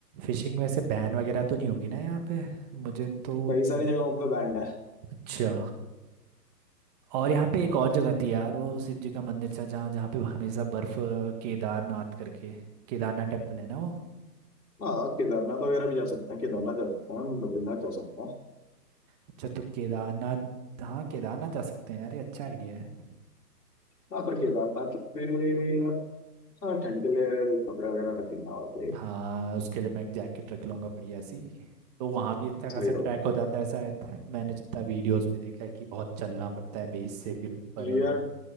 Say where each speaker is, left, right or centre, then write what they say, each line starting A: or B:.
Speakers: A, on the right; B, on the left.
A: फिशिंग वैसे बैन वगैरह तो नहीं होगी ना यहाँ पे मुझे तो
B: कई
A: लग-
B: सारी जगहों पे बैंड है
A: अच्छा और यहाँ पे एक और जगह थी यार वो शिव जी का मंदिर था जहाँ जहाँ पे हमेशा बर्फ अ, केदारनाथ करके केदारनाथ टेम्पल है ना वो
B: हाँ केदारनाथ वगैरह भी जा सकते हैं केदारनाथ जा सकते हैं बद्रीनाथ जा सकते हैं
A: अच्छा तो केदारनाथ हाँ केदारनाथ जा सकते हैं यार ये अच्छा आइडिया है
B: हाँ पर केदारनाथ पे यार हाँ ठंड के लिए यार एक कपड़े वगैरह रख लेना और
A: हाँ उसके लिए मैं एक जैकेट रख लूंगा बढ़िया सी तो वहाँ भी इतना खासा
B: सही होगा
A: ट्रैक हो जाता है शायद मैंने जितना वीडियोस में देखा है कि बहुत चलना पड़ता है बेस से फिर ऊपर है वो
B: यार